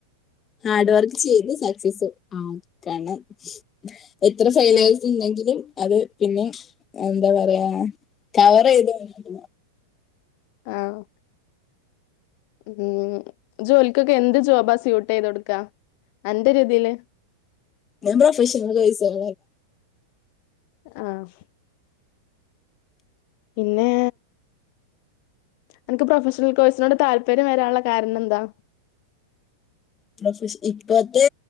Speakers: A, on the left; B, on the left.
A: ഹാർഡ് വർക്ക് ചെയ്ത് സക്സസ് ആക്കണം എത്ര ഫൈലേസ്
B: ആഹ്
A: ഉണ്ടെങ്കിലും അത് പിന്നെ എന്താ പറയാ കവർ ചെയത് വന്നി
B: ആഹ് ഉം ജോലിക്കൊക്കെ എന്ത് ജോബാ സ്യൂട്ട് ചെയ്ത് കൊടുക്കാ അന്റെ ഒരു ഇതില്
A: ഞൻ പൊഫഷനൽ കോഴ്സ് <inaudible>
B: ആഹ പിന്നെ അനക്ക് പ്രൊഫഷണൽ കോഴ്സിനോട് താല്പര്യം വരാനുള്ള കാരണം എന്താ
A: പ്രൊഫ ഇപ്പത്തെ